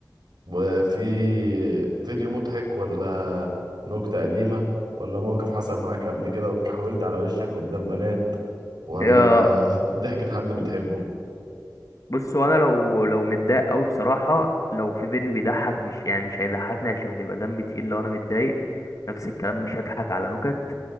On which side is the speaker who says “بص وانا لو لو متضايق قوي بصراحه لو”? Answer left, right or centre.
Left